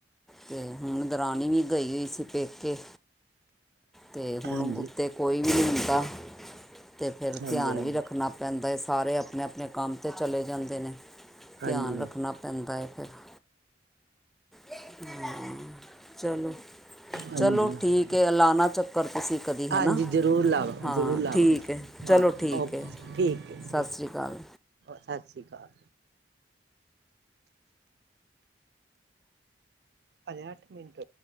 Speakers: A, in the centre; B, on the right (about 60°).
A: ਤੇ ਹੁਣ ਦਰਣੀ ਵੀ ਗਈ ਹੋਈ ਸੀ ਪੇਕੇ ਤੇ ਹੁਣ
B: ਹਾਂਜੀ
A: ਉੱਤੇ ਕੋਈ ਵੀ ਨਹੀਂ ਹੁੰਦਾ। ਤੇ ਫੇਰ
B: ਹਾਂਜੀ
A: ਧਿਆਨ
B: ਹਾਂਜੀ
A: ਵੀ ਰੱਖਣਾ ਪੈਂਦਾ ਹੈ। ਸਾਰੇ ਆਪਣੇ ਆਪਣੇ ਕੰਮ 'ਤੇ ਚਲੇ ਜਾਂਦੇ ਨੇ।
B: ਹਾਂਜੀ
A: ਧਿਆਨ ਰੱਖਣਾ ਪੈਂਦਾ ਹੈ। <unintelligible> ਹਾਂ ਚਲੋ
B: ਹਾਂਜੀ
A: ਚਲੋ ਠੀਕ ਹੈ ਐਲਾਨਾ ਚੱਕਰ ਤੁਸੀਂ ਕਦੀ
B: ਹਾਂਜੀ
A: ਹੈ ਨਾ
B: ਜ਼ਰੂਰ ਲਾਵਾਂਗੇ
A: ਹਾਂ
B: ਜ਼ਰੂਰ ਲਾਵਾਂਗੇ
A: ਠੀਕ ਹੈ ਚਲੋ
B: ਹਾਂ
A: ਠੀਕ
B: ਓਕੇ
A: ਹੈ
B: ਠੀਕ ਹੈ
A: ਸਤਿ
B: ਠੀਕ
A: ਸ਼੍ਰੀ ਅਕਾਲ।
B: ਸਤਿ ਸ਼੍ਰੀ ਅਕਾਲ ਅਜ ਅਠ ਮਿੰਟ।